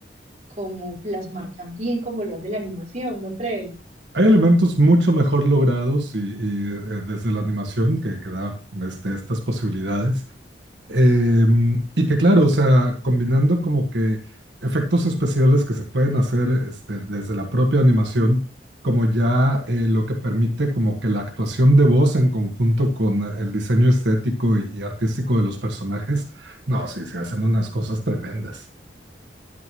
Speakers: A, on the right (about 40°); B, on the right (about 85°).
A: como plasmar tan bien como lo hace la animación, ¿no crees?
B: Hay elementos mucho mejor logrados y, y, eh, desde la animación que, que da este, estas posibilidades, Em, y que claro, o sea, combinando como que efectos especiales que se pueden hacer este, desde la propia animación, como ya eh, lo que permite como que la actuación de voz en conjunto con el diseño estético y, y artístico de los personajes, no, sí, se hacen unas cosas tremendas.